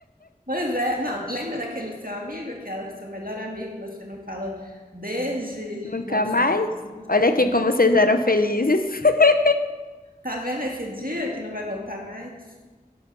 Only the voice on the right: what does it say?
Pois é, não, lembra daquele seu amigo que era seu melhor amigo, e você não fala desde
900,
e 1900
bolinha?
Tá vendo esse dia que não vai voltar mais?